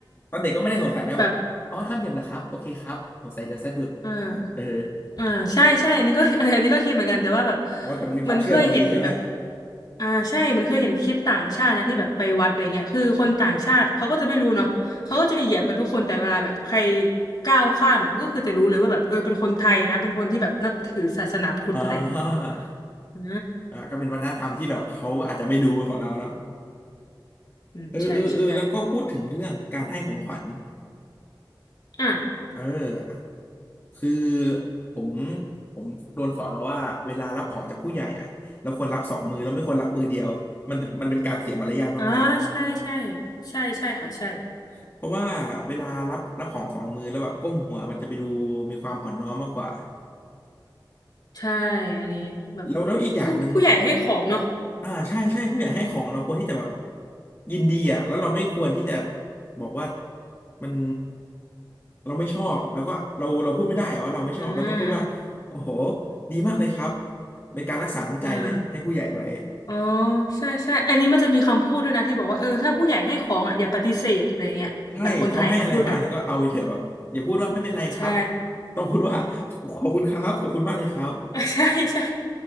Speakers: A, on the left (about 30°); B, on the left (about 55°).
A: ตอนเด็กก็ไม่ได้สงสัยนะแบบอ๋อห้ามเหยียบเหรอครับโอเคครับสงสัยเดียวสะดุด
B: แบบ อ่า
A: เออ
B: อ่าใช่ใช่อันนี้ก็ <laughs> อันนี้ก็คิดเหมือนกันแต่ว่าแบบ
A: <laughs> อ๋อแต่มันมีความเชื่อตรงนี้ใช่ไหม
B: เหมือนเคยเห็นแบบอ่าใช่เหมันเคยเห็นคลิปต่างชาตินะที่แบบไปวัดอะไรเงี้ยคือคนต่างชาติเขาก็จะไม่รู้เนาะเขาก็จะเหยียบกันทุกคนแต่เวลาแบบใครก้าวข้ามเนี่ยก็คือจะรู้เลยว่าแบบเออเป็นคนไทยนะเป็นคนที่แบบนับถือศาสนาพุทธอะไรเงี้ย
A: อ่า
B: อ่า
A: อ่าก็เป็นวัฒนธรรมที่แบบเขาอาจจะไม่รู้ของเราเนาะ
B: อืมใช่ใช่
A: เออเออเออแล้วก็พูดถึงเรื่องการให้ของขวัญ
B: อ่า
A: เออคือผมผมโดนสอนมาว่าเวลารับของจากผู้ใหญ่อะเราควรรับสองมือเราไม่ควรรับมือเดียวมันมันเป็นการเสียมารยาทมาก
B: อ่าใช่ใช่ใช่ใช่ค่ะใช่
A: ๆเพราะว่าเวลารับรับของสองมือแล้วแบบก้มหัวมันจะไปดูมีความอ่อนน้อมมากกว่า
B: ใช่อันนี้แบบ
A: แล้วแล้วอีกอย่างหนึ่ง
B: ผู้ผู้ใหญ่ให้ของเนาะ
A: อ่าใช่ใช่ผู้ใหญ่ให้ของเราควรที่จะแบบยินดีอ่ะแล้วเราไม่ควรที่จะบอกว่ามันเราไม่ชอบแล้วก็เราเราพูดไม่ได้อะว่าเราไม่ชอบเราต้องพูดว่าโอ้โห
B: อ่า
A: ดีมากเลยครับเป็นการรักษาน้ำใจเลยให้ผู้ใหญ่ไว้
B: อ่า อ๋อใช่ใช่อันนี้มันจะมีคำพูดด้วยนะที่บอกว่าเออถ้าผู้ใหญ่ให้ของอ่ะอย่าปฏิเสธอะไรเงี้ยแบบคนไทยเขาพูดกัน
A: ใช่เขาให้อะไรมาแล้วก็เอาไปเถอะแบบอย่าพูดว่าไม่เป็นไรครับ
B: ใช่
A: ต้องพูดว่าขอบคุณครับขอบคุณมากเลยครับ
B: <laughs> ใช่ใช่